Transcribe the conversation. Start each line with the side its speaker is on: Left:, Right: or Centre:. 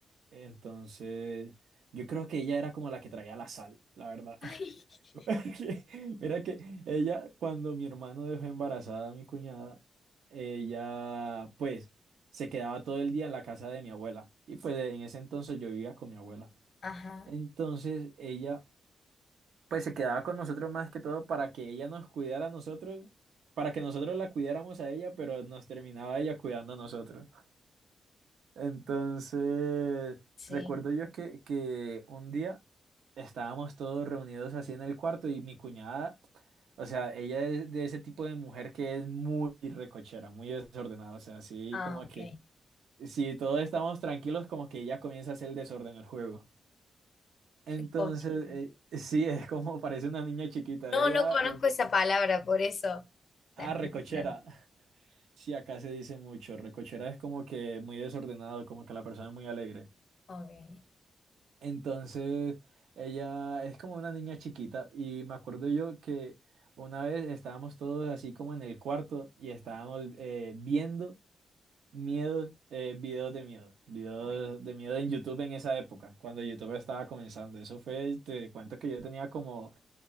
Right: Entonces, yo creo que ella era como la que traía la sal, la verdad.
Left: <laughs> Ay.
Right: <laughs> Era que ella, cuando mi hermano dejó embarazada a mi cuñada, ella pues se quedaba todo el día en la casa de mi abuela. Y pues en ese entonces yo vivía con mi abuela.
Left: Ajá,
Right: Entonces ella pues se quedaba con nosotros más que todo para que ella nos cuidara a nosotros, para que nosotros la cuidáramos a ella, pero nos terminaba ella cuidando a nosotros. Entonces,
Left: sí.
Right: recuerdo yo que, que un día estábamos todos reunidos así en el cuarto y mi cuñada, o sea, ella es de ese tipo de mujer que es muy recochera, muy desordenada, o sea, así
Left: Ah,
Right: como
Left: ok.
Right: que si todos estamos tranquilos, como que ella comienza a hacer el desorden el juego. Entonces,
Left: Ricochete.
Right: eh, sí, es como parece una niña chiquita,
Left: No,
Right: ella ya,
Left: no conozco
Right: eh,
Left: esa palabra, por eso
Right: ah,
Left: la explicaron.
Right: recochera. <laughs> Sí, acá se dice mucho, recochera es como que muy desordenado, como que la persona es muy alegre.
Left: Ok,
Right: Entonces, ella es como una niña chiquita y me acuerdo yo que una vez estábamos todos así como en el cuarto y estábamos eh, viendo miedos, eh, videos de miedo, videos
Left: ok.
Right: de miedo en YouTube en esa época, cuando YouTube estaba comenzando. Eso fue, te cuento que yo tenía como